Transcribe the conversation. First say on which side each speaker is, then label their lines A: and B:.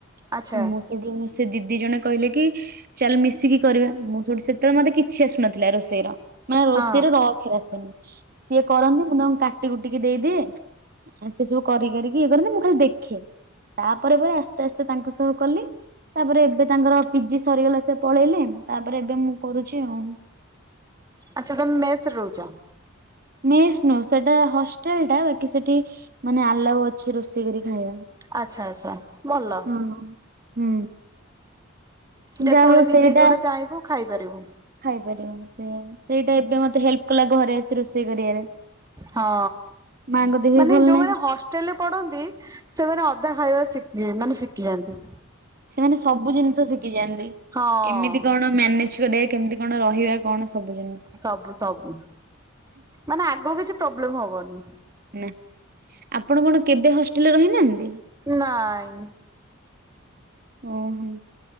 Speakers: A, on the right (about 15°); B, on the right (about 45°).
A: ଆଚ୍ଛା
B: ମୁ ଏଦିନୁ ସେ ଦିଦି ଜଣେ କହିଲେ କି। ଚାଲ ମିଶିକି କରିଵା ମୁଁ ସେଠୁ ସେତେବେଳେ ମତେ କିଛି ଆସୁନଥିଲା ରୋଷେଇର। ମାନେ ରୋଷେଇର
A: ହଁ
B: ର ଅକ୍ଷର ଆସେନି ସିଏ କରନ୍ତି ମୁଁ ତାଙ୍କୁ କାଟି କୁଟିକି ଦେଇଦିଏ ସେ ସବୁ କରି କରିକି ଇଏ କରନ୍ତି ମୁଁ ଖାଲି ଦେଖେ। ତାପରେ ପରେ ଆସ୍ତେ ଆସ୍ତେ ତାଙ୍କ ସହ କଲି। ତାପରେ ଏବେ ତାଙ୍କର ପିଜି ସରିଗଲା ସେ ପଳେଇଲେ ତାପରେ ଏବେ ମୁଁ କରୁଛି ଆଉ।
A: ଆଚ୍ଛା ତମେ ମେସରେ ରହୁଚ।
B: ମେସ୍ ନୁଅ ସେଟା ହଷ୍ଟେଲ ଟା ବାକି ସେଠି ମାନେ ଆଲାଉ ଅଛି ରୋଷେଇ କରି ଖାଇବା।
A: ଆଚ୍ଛା ଆଚ୍ଛା ଭଲ।
B: ହଁ ହୁଁ।
A: ଯେତେବେଳେ
B: ଯାହା ହଉ
A: ନିଜେ
B: ସେଇଟା
A: ଯୋଉଟା ଚାହିଁବୁ ଖାଇପାରିବୁ।
B: ଖାଇପାରିବ ସେଇୟା ସେଇଟା ଏବେ ମତେ ହେଲ୍ପ କଲା ଘରେ ଆସି ରୋଷେଇ କରିବାରେ।
A: ହଁ
B: ମାଙ୍କ ଦେହ ବି
A: ମାନେ
B: ଭଲ
A: ଯୋଉମାନେ
B: ନାହିଁ
A: ହ ଷ୍ଟେଲେ ପଢନ୍ତି ସେମାନେ ଅଧା ଖାଇବା ସିକି ମାନେ ଶିଖିଯାନ୍ତି।
B: ସେମାନେ ସବୁ ଜିନିଷ ଶିଖିଯାଆନ୍ତି
A: ହଁ
B: କେମିତି କଣ ମ୍ୟାନେଜ କରିବେ କେମିତି କଣ ରହିବା। କଣ ସବୁ ଜିନିଷ।
A: ସବୁ ସବୁ ମାନେ ଆଗକୁ କିଛି ପ୍ରୋବ୍ଲେମ୍ ହବନି।
B: ନା ଆପଣ କଣ କେବେ ହଷ୍ଟେଲରେ ରହିନାହାନ୍ତି।
A: ନାଇଁ।
B: ଓହୋ।